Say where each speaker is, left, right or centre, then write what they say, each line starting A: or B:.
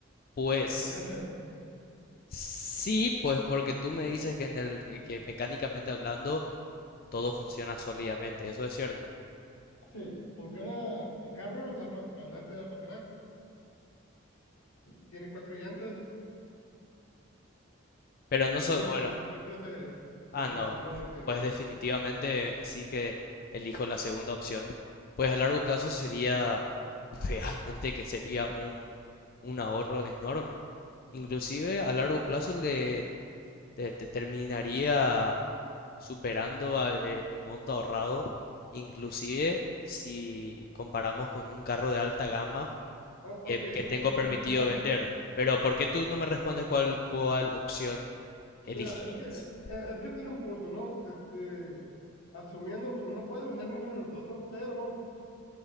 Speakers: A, on the left; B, on the left.
A: Pues
B: La carcacha.
A: sí, pues porque tú me dices que, en el, eh, que mecánicamente hablando todo funciona sólidamente, eso es cierto.
B: Sí, funciona el carro, da para adelante, da para atrás, tiene cuatro llantas,
A: Pero no
B: lo
A: soy
B: único
A: bueno.
B: que le hace falta es aire,
A: Ah,
B: el aire
A: no.
B: acondicionado no lo tiene.
A: Pues definitivamente sí que elijo la segunda opción. Pues a largo plazo sería <laughs> realmente que sería un, un ahorro enorme. Inclusive a largo plazo le te, te terminaría superando al, eh, el monto ahorrado, inclusive si comparamos con un carro de alta gama
B: O-
A: que,
B: ok,
A: que tengo
B: y,
A: permitido
B: bueno,
A: vender. Pero ¿por qué tú no me respondes cuál, cuál opción elegirías?
B: mira, es que, eh, es que tiene un punto, ¿no? Este, asumiendo, no puedes vender ninguno de los dos, ¿no? Pero